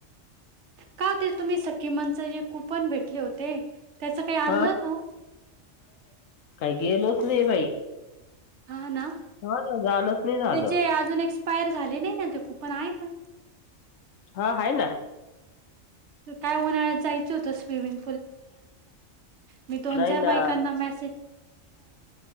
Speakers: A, on the right; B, on the left.
A: का ते तुम्ही सखी म्हणच खूप पण भेटले होते त्याच काही आणलं
B: हा
A: हो
B: काही गेलोच नाही बाई
A: हा ना
B: हा ना जाणच नाही झालं
A: त्याचे अजून एसयर झाले नाही ना तेू पण आहे ना
B: हा आहे ना
A: काय उन्हाळ्यात जायचं होतं स्विमिंग म दो
B: नाही
A: च बा
B: ना
A: म ऐ